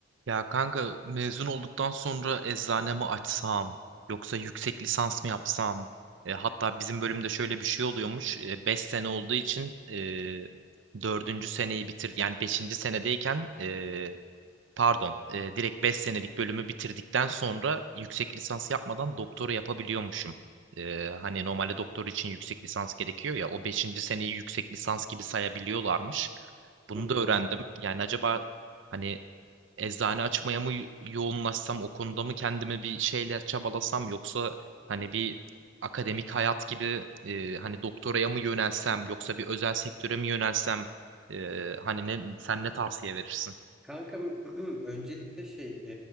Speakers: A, on the right; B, in the centre.
A: Ya kanka mezun olduktan sonra eczane mi açsam yoksa yüksek lisans mı yapsam? E, hatta bizim bölümde şöyle bir şey oluyormuş. E, beş sene olduğu için e, 4. seneyi bitir yani beşinci senedeyken e, pardon e, direkt 5 senelik bölümü bitirdikten sonra yüksek lisans yapmadan doktora yapabiliyormuşum. E, hani normalde doktor için yüksek lisans gerekiyor ya o beşinci seneyi yüksek lisans gibi sayabiliyorlarmış. Bunu
B: Hı hı.
A: da öğrendim. Yani acaba Hani eczane açmaya mı yo- yoğunlaşsam, o konuda mı kendimi bir şeyler çabalasam yoksa hani bir akademik hayat gibi e, hani doktoraya mı yönelsem yoksa bir özel sektöre mi yönelsem e, hani ne sen ne tavsiye verirsin?
B: Kanka <clears throat> öncelikle şey e,